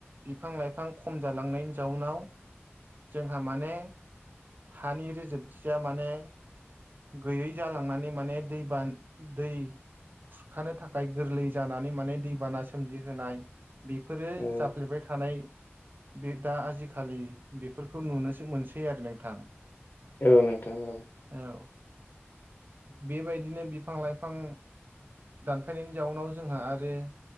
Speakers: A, on the right; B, on the left.
A: बिफां लाइफां खम जालांनायनि जाउनाव जोंहा माने हानि रोजोबथिया माने गैयै जालांनानै माने दै बान दै खुरखानो थाखाय गोरलै जानानै माने दैबाना सोमजिहोनाय बेफोरो
B: औ
A: जाफ्लेबाय थानाय बे दा आजिखालि बेफोर खौ नुनोसो मोनसै आरो नोंथां
B: औ नोंथां औ
A: औ बेबायदिनो बिफां लाइफां दानफायनायनि जाउनाव जोंहा आरो